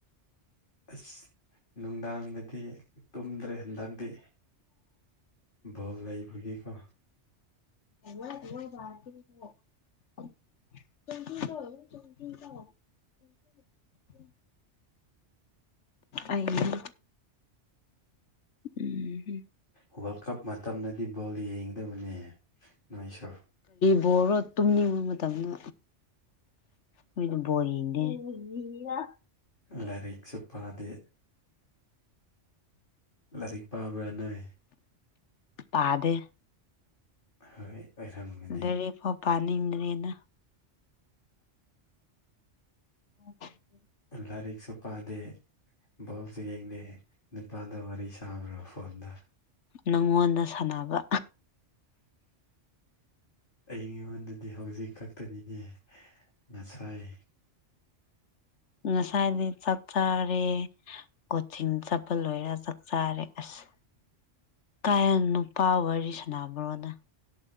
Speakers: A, on the left; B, on the left.
A: ꯁ ꯅꯨꯡꯗꯥꯡꯗꯗꯤ ꯗꯤ ꯇꯨꯝꯗ꯭ꯔꯦ ꯍꯟꯗꯛꯇꯤ ꯕꯣꯜ ꯂꯩꯕꯒꯤꯀꯣ
B: ꯑꯦ ꯄꯇꯣ <unintelligible> <unintelligible> ꯑꯩꯅꯤ ꯎꯝ ꯍꯨꯝ
A: ꯋꯥꯔꯜ ꯀꯞ ꯃꯇꯝꯗꯗꯤ ꯕꯣꯜ ꯌꯦꯡꯒꯗꯕꯅꯦ ꯅꯣꯏꯁꯨ
B: ꯕꯣꯔꯣ ꯇꯨꯝꯅꯤꯡ ꯃꯇꯝꯗ ꯅꯣꯏꯅ ꯕꯣꯜ ꯌꯦꯡꯗꯦ ꯌꯦꯡꯉꯤꯔꯥ
A: ꯂꯥꯏꯔꯤꯛꯁꯨ ꯄꯥꯗꯦ ꯂꯥꯏꯔꯤꯛ ꯄꯥꯕ꯭ꯔꯥ ꯅꯏ
B: ꯄꯥꯗꯦ
A: ꯍꯣꯏ ꯑꯣꯏꯔꯝꯒꯅꯤ
B: ꯂꯥꯏꯔꯤꯛꯐꯥ ꯄꯥꯅꯤꯗꯔꯦꯅꯦ <unintelligible>
A: ꯂꯥꯏꯔꯤꯛꯁꯨ ꯄꯥꯗꯦ ꯕꯣꯜꯁꯨ ꯌꯦꯡꯗꯦ ꯅꯨꯄꯥꯗ ꯋꯥꯔꯤ ꯁꯥꯕ꯭ꯔꯣ ꯐꯣꯟꯗ
B: ꯅꯪꯉꯣꯟꯗ ꯁꯥꯟꯅꯕ
A: ꯑꯩꯉꯣꯟꯗꯗꯤ ꯍꯧꯖꯤꯛ ꯈꯛꯇꯅꯤꯅꯦ ꯉꯁꯥꯏ
B: ꯎ ꯁꯥꯏꯗꯤ ꯆꯠꯆꯔꯦ ꯀꯣꯆꯤꯡ ꯆꯠ ꯄ ꯂꯣꯏꯔ ꯆꯥꯛ ꯆꯥꯔꯦ ꯑꯁ ꯀꯥꯌꯦꯟ ꯅꯨꯄꯥ ꯋꯥꯔꯤ ꯁꯅꯕꯔꯣꯅ